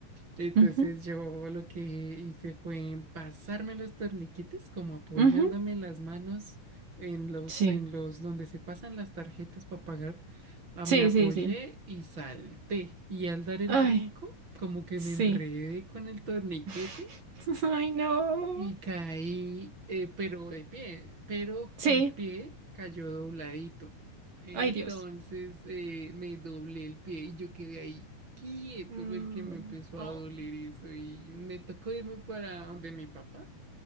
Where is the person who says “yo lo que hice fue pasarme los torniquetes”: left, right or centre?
Right